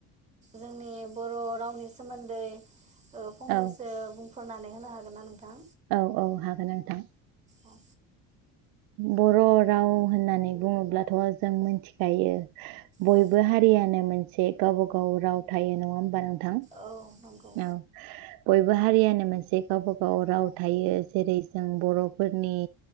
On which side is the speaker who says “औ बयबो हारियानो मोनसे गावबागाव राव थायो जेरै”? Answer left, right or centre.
Right